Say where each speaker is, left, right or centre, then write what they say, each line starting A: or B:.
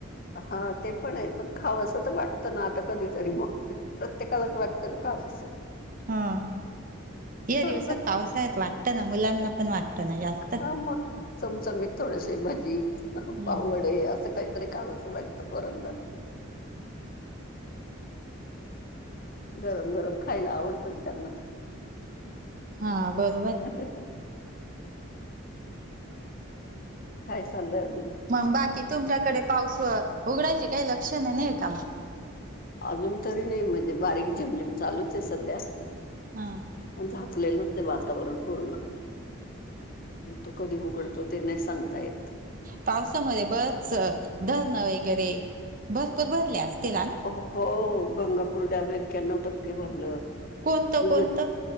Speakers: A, on the left; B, on the right.
A: हा ते पण आय पण खावसं तर वाटतं ना आता कधीतरी मग प्रत्येकालाच वाटत ना खावंसं.
B: हा. या
A: थोडं
B: दिवसात पावसाळ्यात वाटतं ना मुलांना पण वाटतं ना जास्त,
A: हा मग चमचमीत थोडेसे भजी,
B: हम्म
A: पाववडे असं काहीतरी खावऽ असं वाटतं पोरांना. गरम गरम खायला आवडतं ना त्यांना.
B: हा बरोबर.
A: <inaudible> काय चाललंय आजुन?
B: मग बाकी तुमच्याकडे पाऊस उघडायचे काही लक्षण नाही का?
A: अजून तरी नाही म्हणजे बारीक झिमझिम चालूच आहे सध्या.
B: हा,
A: पण झाकलेलंच ये ते वातावरण पूर्ण, म तो कधी उघडतो ते नाही सांगता येत.
B: पावसामध्ये बरेच धरणं वगैरे, भरपूर भरले अस त्याला ना.
A: हो, गंगापूर ड्याम एक्याण्णव टक्के भरलं.
B: कोणतं कोणतं
A: इगत